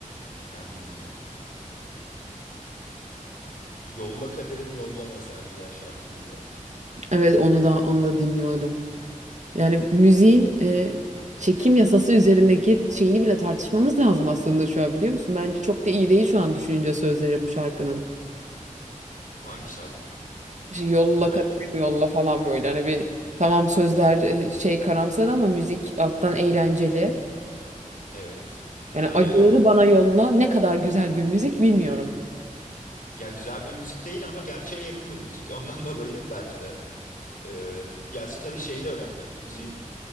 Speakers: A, on the left; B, on the right.
A: Ya bilmiyorum. Yolla Kaderim Yolla mesela güzel şarkıydı.
B: Evet onu da onu da dinliyordum. Yani müziğin e, çekim yasası üzerindeki şeyini bile tartışmamız lazım aslında şu an biliyor musun? Bence çok da iyi değil şu an düşününce sözleri bu şarkının.
A: Hangi şarkının?
B: İşte yolla
A: Yol
B: kaderim yolla falan böyle hani bir tamam sözler e, şey karamsar ama müzik alttan eğlenceli.
A: evet.
B: Yani
A: Yani
B: acıları
A: e,
B: bana yolla ne kadar güzel bir müzik bilmiyorum.
A: ya güzel bir müzik değil ama gerçeğe yakın bir müzik. Ondan <laughs> dolayı belki de e, ya tabii şey de önemli. Müziğin